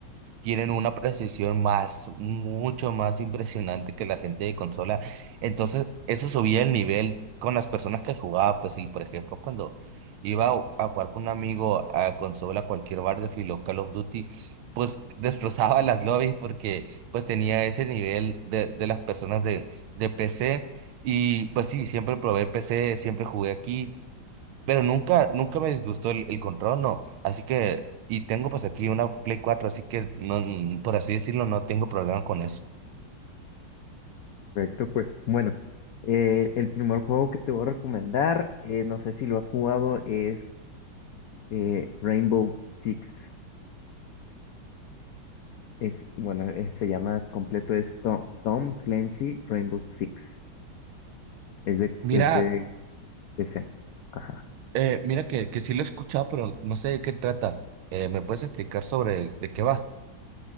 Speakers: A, on the right; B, on the left.
A: tienen una precisión más, mucho más impresionante que la gente de consola. Entonces, eso subía el nivel con las personas que jugaba, pues y por ejemplo, cuando iba a a jugar con un amigo a consola, cualquier Battlefield o Call of Duty, pues destrozaba las lobbies porque pues tenía ese nivel de, de las personas de, de PC. Y pues sí, siempre probé PC, siempre jugué aquí. Pero nunca, nunca me disgustó el, el control, no. Así que, y tengo pues aquí una Play cuatro así que, no, mm, por así decirlo, no tengo problema con eso.
B: Perfecto, pues bueno, eh, el primer juego que te voy a recomendar, eh, no sé si lo has jugado, es eh, Rainbow Six. Es, bueno, eh, se llama completo es Tom, Tom Clancy Rainbow Six. Es de,
A: Mira,
B: es de PC. Ajá.
A: eh, mira que, que sí lo he escuchado, pero no sé de qué trata. Eh, ¿me puedes explicar sobre de qué va?